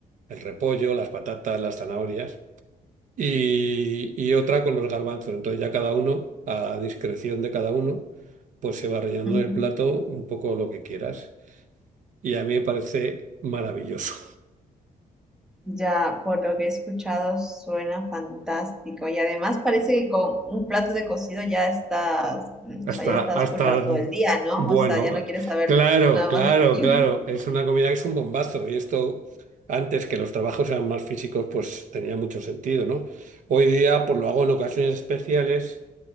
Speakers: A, on the right (about 60°); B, in the centre.
A: el repollo, las patatas, las zanahorias, y, y otra con los garbanzos. Entonces ya cada uno, a discreción de cada uno, pues se va rellenando
B: ujú.
A: en el plato un poco lo que quieras. Y a mí me parece maravilloso.
B: Ya, por lo que he escuchado, suena fantástico. Y además parece que con un plato de cocido ya estás, mm,
A: Hasta,
B: o sea, ya estás
A: hasta,
B: full para todo el día, ¿no?
A: bueno,
B: O sea, ya no
A: eh,
B: quieres saber
A: claro,
B: nada
A: claro,
B: más de comida.
A: claro. Es una comida que es un bombazo. Y esto, antes que los trabajos eran más físicos, pues tenía mucho sentido, ¿no? Hoy día, pues lo hago en ocasiones especiales